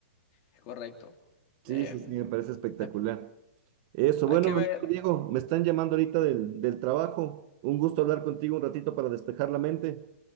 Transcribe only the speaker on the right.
Sí,
sí, sí, me parece espectacular.
Eso,
bueno,
amigo
Diego, me están llamando ahorita del, del trabajo. Un gusto hablar contigo un ratito para despejar la mente.